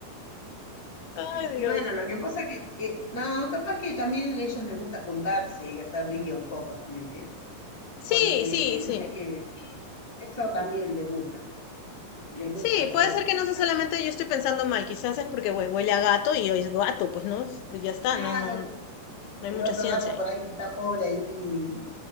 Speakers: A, on the left; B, in the centre.
A: Ay, Dios.
B: Y bueno, lo que pasa que, eh, no, capaz que también a ellos les gusta juntarse y hacer ligue un poco también, ¿eh?
A: Sí,
B: Porque
A: sí, sí.
B: viste que eso también les gusta, les gusta
A: Sí,
B: hacer
A: puede ser
B: cositas.
A: que no sea solamente yo estoy pensando mal, quizás es porque hue- huele a gato y hoy es gato, pues no, ya está,
B: Claro
A: no, no, no
B: que
A: hay
B: el
A: mucha
B: otro
A: ciencia
B: gato
A: ahí.
B: por ahí está pobre ahí